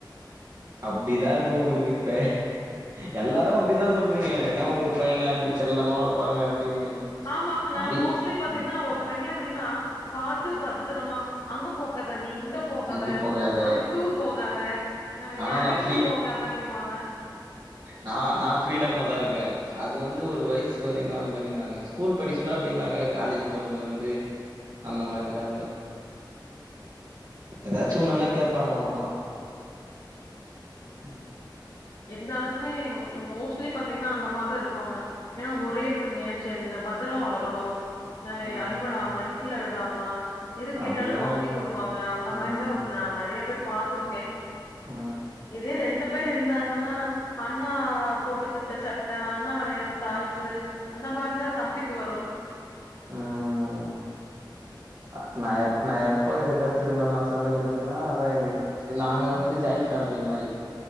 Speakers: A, on the right; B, on the left.
A: அப்டிதாயிர்க்கு உங்ளுக்கிப்ப எல்லாதா அப்டிதா சொல்றீங்க என்னா ஒரு பைய்யன இப்டி செல்லமா வளப்பாங்க அப்டின்னு
B: ஆமாங்க
A: அப்டி
B: மோஸ் ஸ்லீ பாத்தீங்ன்னா ஒரு பைய்ய அப்டின்னா பாத்து பத்ரமா அங்க போகாத நீ இங்கப் போகாத
A: எங்க போகாத
B: அங்க டூர் போகாத அ
A: ஆனா
B: யார்
A: நான்
B: வீட்டுக்கு போகாத அப்டிவாங்க
A: நா நா ஃப்ரிடம்ம தா இருக்கே அது வந்து ஒரு வைசு வரயு தா அந்த மாரி இருந்தாங்க ஸ்கூல் படிக் சொல்ல அப்டி இருந்தாங்க காலேஜ் போறதுலந்து அந்த மாரில்லா இல்ல எதாச்சி ஒன்னுன்னா
B: ம்
A: கேப்பாங்க அவ்ளோதா அ
B: இருந்தாலுமே மோஸ்லி பாத்தீங்ன்னா அந்த மாரிதா இருப்பாங்க ஏன்னா ஒரே பைய்ய செல்ல பத்ரோமா வளக்கணு அ
A: ம்
B: அடிப்படாம கீல விடாமா எது கேட்டாலு
A: அப்டிதான்
B: வாங்கி
A: நெனைப்பாங்க
B: குடுப்பாங்க அந்த
A: ம்
B: மாரிதா உன்
A: ம்
B: நா நெறைய பேர் பாத்திருக்கே
A: ம்
B: இது ரெண்டு பேரு இருந்தாங்கனா அண்ணா போட்டுக்கிட்ட சட்ட அண்ணா வெளையாட்ன டாய்சு அந்த மாரிதா தம்பிக்கு வரு
A: ம் அ நா ஏ நா எப் ப்ப இத கத்துக்குன நா சமையல் கத்துக்கனா அதா எங்க நாங்க வந்து ஜாயிண்ட் ஃபேம்ப்லி மாரி